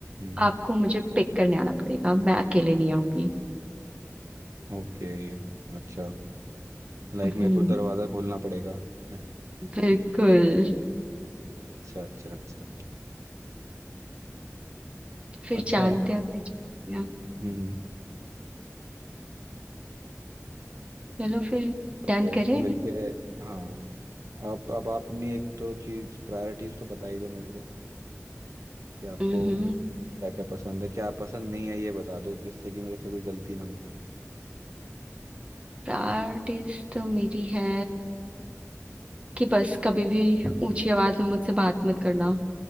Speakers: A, on the right; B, on the right.
A: हम्म
B: आपको मुझे पिक करने आना पड़ेगा मैं अकेले नहीं आऊंगी
A: ओके अच्छा लाइक
B: हम्म
A: मेरे को दरवाजा खोलना पड़ेगा <laughs>
B: बिल्कुल
A: अच्छा अच्छा अच्छा
B: फिर
A: अच्छा
B: जानते
A: है
B: हैं पहचानते हैं।
A: हम्म
B: चलो फिर
A: तो
B: डन
A: फिर
B: करें
A: मिलके हाँ आप अब आप अपनी एक तो चीज प्रायोरिटीज तो बता ही दो मेरे को कि आपको
B: हम्म
A: क्या क्या पसंद है क्या पसंद नहीं है ये बता दो जिससे कि मेरे से कोई गलती ना हो जाए
B: प्रायोरिटीज तो मेरी है कि बस कभी भी ऊंची आवाज में मुझसे बात मत करना